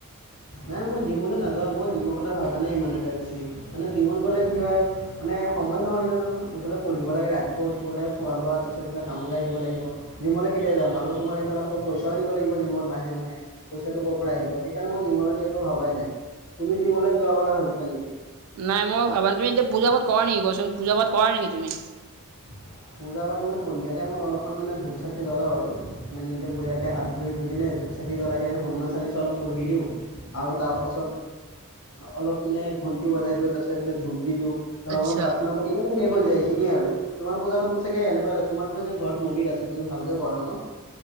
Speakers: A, on the left; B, on the right.
A: নাই মই জিমলৈ নাযাওঁ মই জিমৰ কথা ভবা নাই ইমান এটা বেছি। মানে জিমত গ'লে কি হয়- মানে সময় নহয় ন। এইফালে পঢ়িব লাগে ৰাতিপুৱা উঠিব লাগে খোৱা লোৱাত আছে এইফালে কামলৈ আহিব লাগিব। জিমলৈ কেতিয়া যাম? আৰু তোমাৰ এইফালে আকৌ পইচাও দিব লাগিব জিমত মাহে মাহে। পইচাটো ক'ৰ পৰা আহিব? সেইকাৰণে মই জিমলৈকে একো ভবাই নাই। তুমি জিমলৈ যোৱাৰ কথা ভাবিছা নেকি?
B: নাই মই ভাবা। তুমি পূজা পাত কৰা নেকি কোৱাচোন? পূজা পাত কৰা নেকি তুমি?
A: <inaudible> পূজা পাত মই সন্ধিয়া টাইমত অলপমান মানে ধূপ চাকি জ্বলাওঁ আৰু মানে নিজে বঢ়ীয়াকে হাত ভৰি ধুই কিনে ধূপ চা- চাকি জ্বলাই কিনে হনুমান চালিচা অলপ পঢ়ি দিওঁ আৰু তাৰ পাছত- অলপ মানে ঘণ্টি বজাই দিওঁ তাৰ পিছত এইফালে ধূপ দি দিওঁ।
B: আচ্ছা
A: অলপ প্ৰাৰ্থনা কৰি কেনে শেষ হৈ যায় এইখিনিয়ে আৰু। তোমাৰ পূজা পাতটো চাগে এনেকা তোমাৰ চাগে ঘৰত মন্দিৰ আছে। তুমি ভালকে কৰা ন?